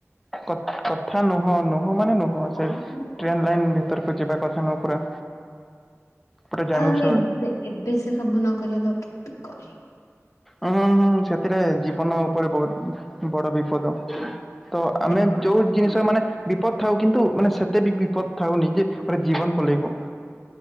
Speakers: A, in the centre; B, on the left.
A: କ-କଥା ନୁହଁ ନୁହଁ ମାନେ ନୁହଁ
B: କରିବା
A: ସେ ଟ୍ରେନ
B: କଥା
A: ଲାଇନ ଭିତରକୁ ଯିବା କଥା ନୁହଁ ପୁରା। ପୁରା ଜାଣୁଛ
B: ଆହୁରି ଏବେ ଏବେ ସେ ସବୁ ନ କରିହେଲେ ଆଉ କେତେ କରିବ।
A: ହଁ ହଁ ସେଥିରେ ଜୀବନ ଉପରେ ବହୁତ ବଡ ବିପଦ। ହଁ ଆମେ
B: ଦେଖ
A: ଯୋଉ
B: ଶୁଣ
A: ଜିନିଷ ମାନେ ବିପଦ ଥାଉ କିନ୍ତୁ ମାନେ ସେତେ ବି ବିପଦ ଥାଉନି ଯେ ଜୀବନ ପଲେଇବ।